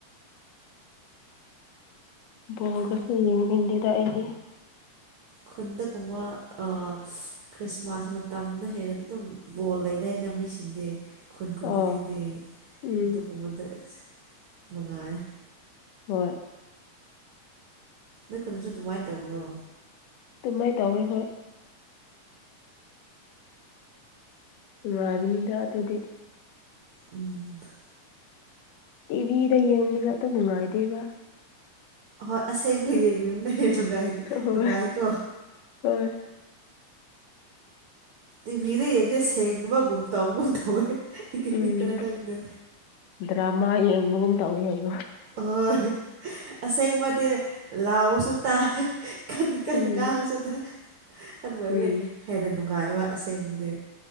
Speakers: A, on the left (about 80°); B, on the right (about 65°).
A: ꯕꯣꯜꯒꯁꯨ
B: ꯈꯨꯟ
A: ꯌꯦꯡꯅꯤꯡꯗꯦꯗ ꯑꯩꯗꯤ
B: ꯈꯨꯟꯗ ꯀꯨꯝꯕ ꯑ ꯈ꯭ꯔꯤꯁꯃꯥꯁ ꯃꯇꯝꯗ ꯍꯦꯟꯅꯗꯤ ꯇꯨꯝ ꯕꯣꯜ ꯂꯩꯅꯩꯩꯅ ꯃꯤꯁꯤꯡꯗꯤ ꯈꯨꯟ ꯈꯨꯟ
A: ꯑꯣ
B: ꯈꯨꯗꯤꯡꯗꯤ
A: ꯎꯝ
B: ꯑꯗꯨꯒꯨꯝꯕꯗ ꯅꯨꯡꯉꯥꯏ
A: ꯍꯣꯏ
B: ꯅꯣꯏ ꯈꯨꯟꯁꯨ ꯑꯗꯨꯃꯥꯏ ꯇꯧꯕ꯭ꯔꯣ
A: ꯑꯗꯨꯃꯥꯏ ꯇꯧꯋꯦ ꯍꯣꯏ ꯅꯨꯡꯉꯥꯏꯕꯤꯅꯤꯗ ꯑꯗꯨꯗꯤ
B: ꯎꯝ <inaudible>
A: ꯇꯤꯚꯤꯗ ꯌꯦꯡꯕꯗꯣ ꯑꯗꯣ ꯅꯨꯡꯉꯥꯏꯇꯦꯕ
B: ꯍꯣꯏ ꯑꯁꯦꯡꯕ ꯌꯦꯡꯅꯤꯡꯕꯩ ꯅꯨꯡꯉꯥꯏ
A: ꯍꯣꯏ
B: ꯅꯨꯡꯉꯥꯏꯀꯣ
A: ꯍꯣꯏ
B: ꯇꯤꯚꯤꯗ ꯌꯦꯡꯕꯁꯦ ꯁꯦꯡꯗꯕꯒꯨꯝ ꯇꯧꯒꯨꯝ ꯇꯧꯋꯦ ꯑꯩꯒꯤ
A: ꯎꯝ
B: ꯃꯤꯠꯇꯔ ꯈꯪꯗꯦ
A: ꯗ꯭ꯔꯃꯥ ꯌꯦꯡꯕꯒꯨꯝ ꯇꯧꯋꯤ ꯍꯥꯢꯌꯣ
B: ꯍꯣꯏ ꯑꯁꯦꯡꯕꯗꯤ ꯂꯥꯎꯕꯁꯨ ꯇꯥꯏ ꯀꯟꯅ ꯀꯟꯅ
A: ꯎꯝ
B: ꯉꯥꯡꯉꯁꯨ ꯇꯥ ꯑꯗꯨꯑꯣꯏꯕꯒꯤ
A: ꯎꯝ
B: ꯍꯦꯟꯅ ꯅꯨꯡꯉꯥꯏꯕ ꯑꯁꯦꯡꯕꯗꯤ